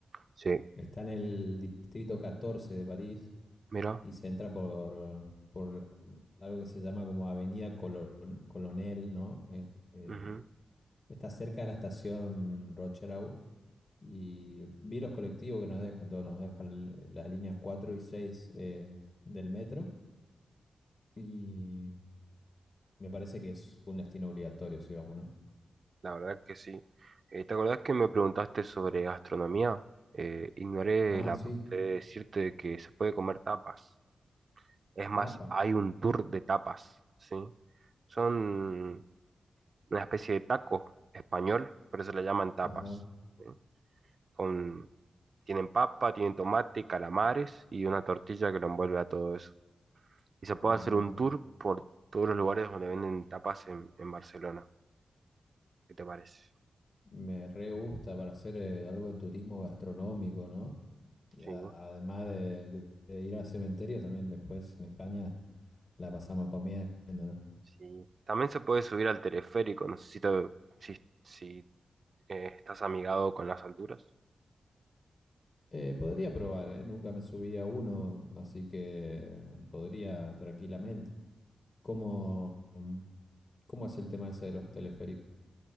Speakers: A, on the right; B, on the left.
A: sí,
B: Está en el distrito 14 de París
A: mira,
B: y se entra por, por algo que se llama como Avenida Colo- Colonel, ¿no? En- eh,
A: ujú,
B: está cerca de la estación Rocherau y vi los colectivos que nos dejan, todos nos dejan l- las líneas 4 y 6 eh, del metro y me parece que es un destino obligatorio, si vamos, ¿no?
A: La verdad que sí. Eh, ¿te acordás que me preguntaste sobre gastronomía? Eh, ignoré
B: Ah,
A: la
B: sí.
A: parte de decirte que se puede comer tapas. Es más,
B: APA.
A: hay un tour de tapas, ¿sí? Son una especie de taco español, pero se le llaman tapas.
B: Ajá.
A: ¿sí? Con, tienen papa, tienen tomate, calamares y una tortilla que lo envuelve a todo eso. Y se puede
B: Mira
A: hacer un
B: vos.
A: tour por todos los lugares donde venden tapas en, en Barcelona. ¿Qué te parece?
B: Me re gusta para hacer eh, algo de turismo gastronómico, ¿no? A-
A: Sí,
B: Además de, de- de ir al cementerio, también después en España la pasamos comiendo, ¿no?
A: sí. También se puede subir al teleférico, no sé si, te- si, si, eh, estás amigado con las alturas.
B: Eh, podría probar, ¿eh? Nunca me subí a uno, así que podría tranquilamente. ¿Cómo, cómo es el tema ese de los teleféricos?